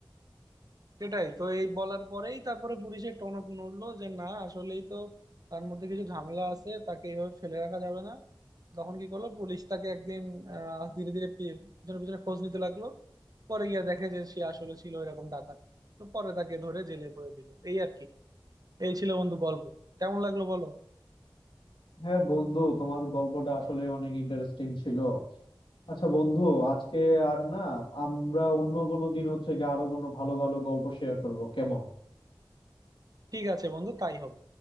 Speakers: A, on the right (about 50°); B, on the left (about 85°).
A: সেটাই তো এই বলার পরেই তারপরে পুলিশের টনক নড়লো যে না আসলেই তো তার মধ্যে কিছু ঝামেলা আছে তাকে এইভাবে ফেলে রাখা যাবে না তখন কি করলো পুলিশ তাকে একদিন আহ ধীরে ধীরে পি- পিছনে পিছনে খোঁজ নিতে লাগলো পরে গিয়ে দেখে যে সে আসলে ছিল এরকম ডাকাত তো পরে তাকে ধরে জেলে পুরে দিল এই আর কি এই ছিল বন্ধু গল্প কেমন লাগলো বলো
B: হ্যাঁ বন্ধু তোমার গল্পটা আসলে অনেক ইন্টারেস্টিং ছিল আচ্ছা বন্ধু আজকে আর না আমরা অন্য কোনো দিন হচ্ছে গিয়ে আরো কোনো ভালো ভালো গল্প শেয়ার করবো কেমন
A: ঠিক আছে বন্ধু তাই হবে